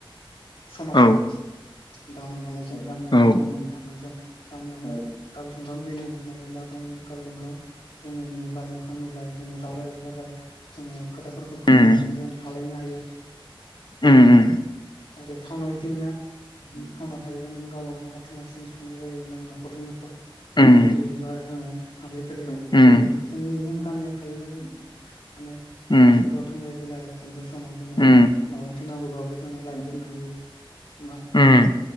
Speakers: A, on the left; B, on the left.
A: समाजावनो
B: औ
A: दा हमना ला जों गामियाव
B: औ
A: मा मा मोननो थांनाय जों गामियाव गावजों गाव मिलायनानै एबा गावनो गावजों गाव जोङो नुलाय मोखां नुलाय जोङो रायलाय रायलाय जोङो खोथाफोरखौ फोरमायनानै
B: उम
A: जों थालायनो हायो।
B: उम
A: आरो टाउनाव इदि नङा टाउनाव थायोबा नों गावबा गाव हारसिं हारसिं थानाय जायो नों नखरजों न'
B: उम
A: सिरि बा जोङो थांलाय फैलाय बांसिन
B: उम
A: जायो जोंनि जों गामियाव थायोबा जों माने
B: उम
A: गावजों गाव थांलाय फैलाय अबेबा समाव जोङो
B: उम
A: माबा मोनसे नांगौबाबो जोङो लाइब्रबनो हायो मा
B: उम